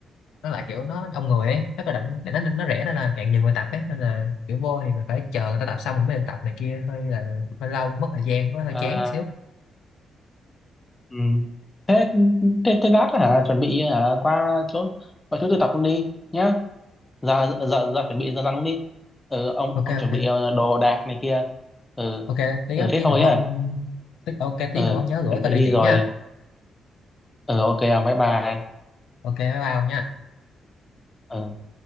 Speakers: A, on the left; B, on the left.
A: nó lại kiểu nó đông người ấy nó có định nó nó rẻ nên là càng nhiều người tập ấy nên là kiểu vô thì mình phải chờ người ta tập xong rồi mới được tập này kia hơi là hơi lâu mất thời gian nó hơi
B: à,
A: chán xíu
B: ừ. thế, thế thế lát hả chuẩn bị hả, qua chỗ qua chỗ tôi tập luôn đi nhá ra ra ra chuẩn bị ra răn cũng đi ừ, ông
A: ok
B: ông chuẩn
A: ok
B: bị ờ, đồ đạc này kia ừ
A: ok tí
B: ừ thế
A: tí
B: thôi
A: nữa
B: nhá
A: ông tí, ok tí
B: ừ
A: nữa ông nhớ gửi
B: chuẩn
A: tôi
B: bị
A: địa
B: đi
A: chỉ
B: rồi
A: nha
B: ừ ok ông bye bye
A: ok bye bye ông nha
B: ừ